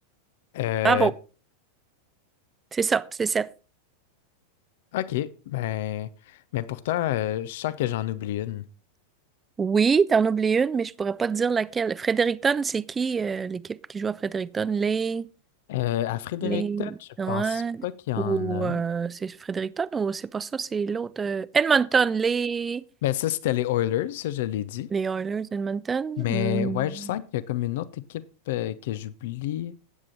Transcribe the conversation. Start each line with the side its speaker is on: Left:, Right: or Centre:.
Left: Euh,
Right: Bravo. C'est ça, c'est sept.
Left: ok, ben, mais pourtant, euh, je sens que j'en oublie une.
Right: Oui, t'en oublies une, mais je pourrais pas te dire laquelle. Fredericton, c'est qui euh, l'équipe qui joue à Fredericton? Les.
Left: Euh, à Fredericton,
Right: Les.
Left: je
Right: Ouais.
Left: pense pas qu'il y en
Right: Ou
Left: a.
Right: euh, c'est Fredericton ou c'est pas ça, c'est l'autre. euh, Edmonton, les.
Left: Ben ça, c'était les Oilers, ça, je l'ai dit.
Right: Les Oilers d'Edmonton.
Left: Mais
Right: Hmm.
Left: ouais, je sens qu'il y a comme une autre équipe euh, que j'oublie.